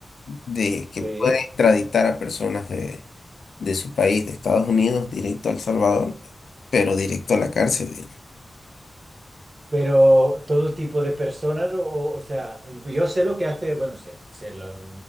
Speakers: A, on the left; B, on the right.
A: de que
B: Sí.
A: puede extraditar a personas de, de su país, de Estados Unidos, directo a El Salvador, pero directo a la cárcel.
B: Pero todo tipo de personas, o, o- o sea, yo sé lo que hace, bueno, sé, sé lo,